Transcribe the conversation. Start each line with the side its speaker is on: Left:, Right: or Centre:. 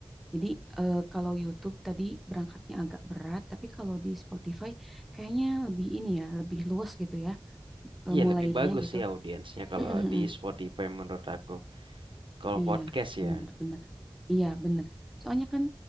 Centre: Jadi eh, kalau YouTube tadi berangkatnya agak berat, tapi kalau di Spotify kayaknya lebih ini ya, lebih luas gitu ya. eh,
Right: Iya,
Centre: mulainya
Right: lebih bagus
Centre: gitu.
Right: sih audiensnya kalau
Centre: Mm, mm,
Right: di
Centre: mm.
Right: Spotify menurut aku. Kalau
Centre: Iya,
Right: podcast ya.
Centre: bener-bener. Iya, bener. Soalnya kan